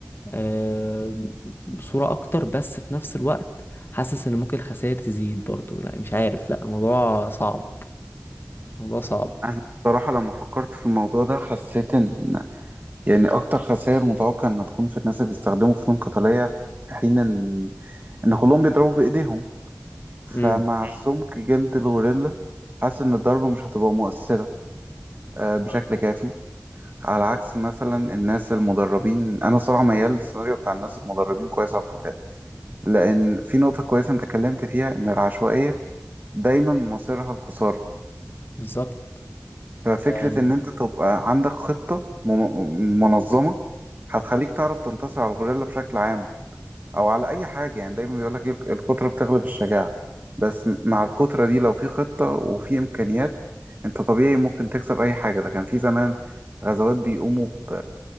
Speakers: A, on the left (about 40°); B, on the right (about 35°).
A: آه، بصورة أكتر بس في نفس الوقت حاسس إن ممكن الخسائر تزيد برضو لا مش عارف لا الموضوع صعب الموضوع صعب
B: أنا بصراحة لما فكرت في الموضوع ده حسيت إن يعني أكتر خسائر متوقع إنها تكون في الناس اللي بيستخدموا فنون قتالية في حين إن إن كلهم بيضربوا بإيديهم فمع
A: امم
B: سمك جلد الغوريلا حاسس إن الضربة مش هتبقى مؤثرة آه، بشكل
A: آه.
B: كافي على عكس مثلا الناس المدربين أنا صراحة ميال للسيناريو بتاع الناس المدربين كويس على القتال لأن في نقطة كويسة أنت اتكلمت فيها إن العشوائية دايما مصيرها الخسارة
A: بالظبط
B: ففكرة
A: آه،
B: إن أنت تبقى عندك خطة مم- منظمة هتخليك تعرف تنتصر على الغوريلا بشكل عام او على اي حاجه يعني دايما بيقول لك الكتره بتغلب الشجاعه بس م- مع الكتره دي لو في خطه وفي امكانيات انت طبيعي ممكن تكسب اي حاجه ده كان في زمان غزوات بيقوموا ب